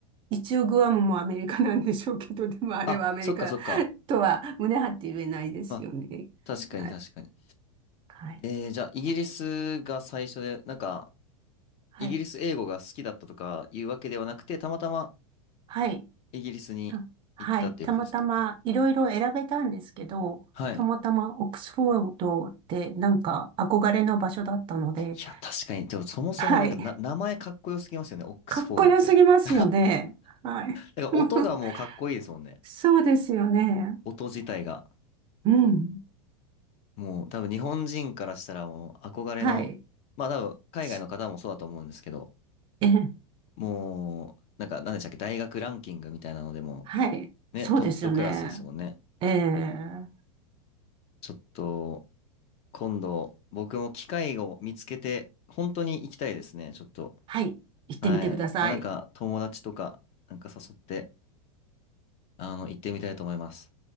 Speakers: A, on the right; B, on the left.
A: 一応グアムもアメリカなんでしょうけど、でもあれはアメリカ
B: あ、そっかそっか。
A: とは胸張って言えないですよね。
B: まあ、確かに確かに。
A: はい。はい。
B: えー、じゃあ、イギリスが最初で、なんか、
A: はい。
B: イギリス英語が好きだったとかいうわけではなくて、たまたま
A: はい。
B: イギリスに行ったっていうことですね。
A: たはい。たまたまいろいろ選べたんですけど、
B: はい。
A: たまたまオックスフォードってなんか憧れの場所だったので、
B: いや、確かに。でも、そもそもなんかな、
A: はい。
B: 名前かっこよすぎますよね。オックスフォードって。
A: かっこよすぎますよね。
B: <laughs>
A: はい。
B: なんか、音がもうかっこいいですもんね。
A: <laughs> そうですよね。
B: 音自体が。
A: うん。
B: もう多分日本人からしたらもう憧れの、
A: はい。
B: まあ多分海外の方もそうだと思うんですけど、
A: すええ、
B: もうなんか何でしたっけ、大学ランキングみたいなのでも
A: はい。
B: ね、
A: そうですよね。
B: トップクラスですもんね。
A: ええ
B: ちょっと今度僕も機会を見つけて本当に行きたいですね、ちょっと。
A: はい、行ってみてください。
B: はい。まあなんか友達とかなんか誘ってあの行ってみたいと思います。